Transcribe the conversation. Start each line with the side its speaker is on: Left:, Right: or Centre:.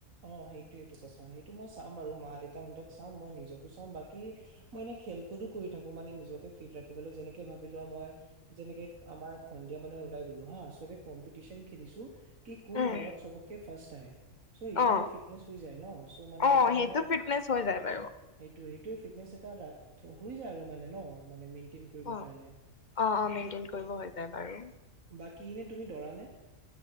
Right: অ', সেইটোয়েটো কথা, সেইটো মই চাম আৰু, মা দেউতাহঁতক চাম মই নিজকো চাম। বাকী মই এনে খেল কোদো কৰি থাকো মানে নিজকে ফিট ৰাখিবলে, যেনেকে ভাবি লোৱা মই যেনেকে আমাৰ সন্ধিয়া মানে ওলাই গলো হা, চবে কম্পিটিচন খেলিছো। কি কোন
Left: উম
Right: দৰত চবতকে ফাৰ্ষ্ট আহে। চ' এইটো
Left: অ
Right: এটা ফিটনেচ হৈ যায় ন? চ' মানে
Left: অ
Right: এইটো
Left: সেইটো
Right: মানে
Left: ফিটনেচ হৈ যায় বাৰু
Right: সেইটো-সেইটোয়ে ফিটনেচ এটা হৈ যায় আৰু মানে ন, মানে মেইনটেইন কৰিবৰ
Left: অ',
Right: কাৰণে
Left: অ' অ' মেইনটেইন কৰিব হৈ যায় বাৰু
Right: বাকী ইনে তুমি দ'ৰা নে?